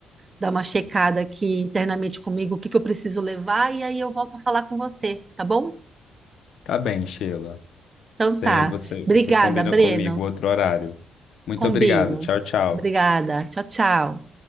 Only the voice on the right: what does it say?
dar uma checada aqui internamente comigo, o que que eu preciso levar, e aí eu volto a falar com você, tá bom?
Então
tá.
Obrigada,
Breno.
Combino.
Obrigada. Tchau, tchau.